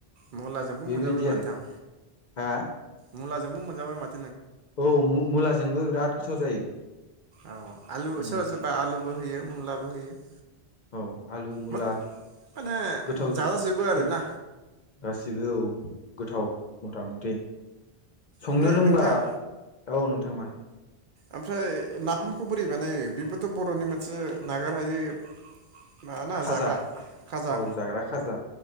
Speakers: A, on the right (about 60°); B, on the left (about 50°).
A: मलाजोंबो
B: बेबायदि
A: मोनजाबाय
B: आरो
A: माथो आं
B: हा
A: मुलाजोंबो मोनजाबाय माथ
B: औ मुला जोंबो बिराद गोथाव जायो
A: औ आलु
B: उम
A: सोरबा सोरबा आलुबो होयो मुलाबो होयो
B: औ आलु मुला
A: मा माने
B: गोथाव <unintelligible>
A: जाजाजोबो आरोना
B: गासिबो गोथाव मथा मथि संनो
A: ओमफ्राय
B: रोंबा
A: नोंथां
B: औ <unintelligible>
A: ओमफ्राय नाफामखौ बोरै बानायो बेबोथ' बर'नि मोनसे नागार हायै माना
B: खाजा
A: जाग्रा खाजा
B: औ जाग्रा खाजा